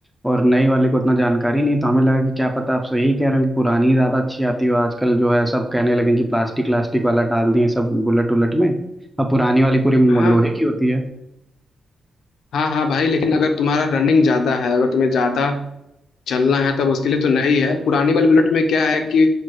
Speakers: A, in the centre; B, on the left.
A: और नई वाले को उतना जानकारी नहीं तो हमें लगा कि क्या पता आप सो यही कह रहे हो कि पुरानी ज़्यादा अच्छी आती हो आजकल जो है सब कहने लगे कि प्लास्टिक व्लास्टिक वाला डाल दिए सब बुलेट उलट में और पुरानी वाली पूरी
B: हाँ
A: लोहे की होती है
B: हाँ हाँ भाई लेकिन अगर तुम्हारा रनिंग ज्यादा है अगर तुम्हें ज्यादा चलना है तब उसके लिए तो नई है पुरानी वाली बुलेट में क्या है कि